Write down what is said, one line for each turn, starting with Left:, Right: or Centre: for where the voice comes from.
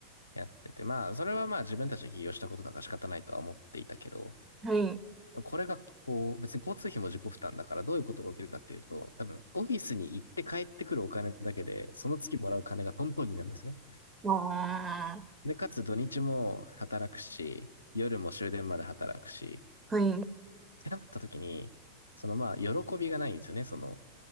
Left: やってて、まあ、それはまあ自分たちで起業したことだから仕方ないとは思っていたけど、
Right: はい。
Left: これがこう、別に交通費も自己負担だからどういうことが起きるかっていうと、多分オフィスに行って帰ってくるお金だけで、その月もらう金がトントンになるんですね。
Right: ああ、
Left: で、かつ土日も働くし、夜も終電まで働くし、
Right: はい、
Left: てなった時に、そのまあ、喜びがないんですよね、その、